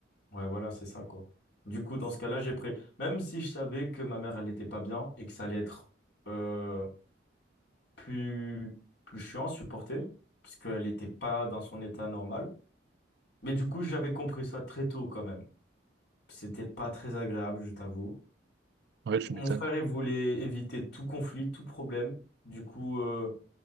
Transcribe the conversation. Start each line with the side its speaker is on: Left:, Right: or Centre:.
Left: Ouais, voilà, c'est ça, quoi. Du coup, dans ce cas-là, j'ai pris. Même si je savais que ma mère, elle n'était pas bien et que ça allait être euh, plus, plus chiant à supporter, parce qu'elle n'était pas dans son état normal. Mais du coup, j'avais compris ça très tôt, quand même. C'était pas très agréable, je t'avoue.
Right: Ouais, tu
Left: Mon
Right: m'étonnes.
Left: frère, il voulait éviter tout conflit, tout problème. Du coup, euh,